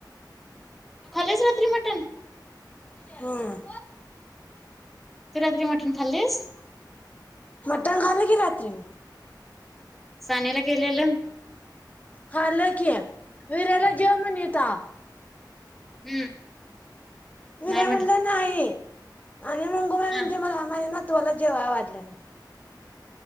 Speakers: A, in the centre; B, on the left.
A: तू खाल्लीस रात्री मटण?
B: हम्म.
A: तू रात्री मटण खाल्लीस?
B: मटण खालं की रात्री मी.
A: सानीला केलेलं.
B: खालं कि, वीराला जेव म्हनीता.
A: हम्म.
B: विऱ्या
A: नाही
B: म्हणला नाई. आणि म
A: हां.
B: माझ्या नातवाला जेवाय वाढल्याल.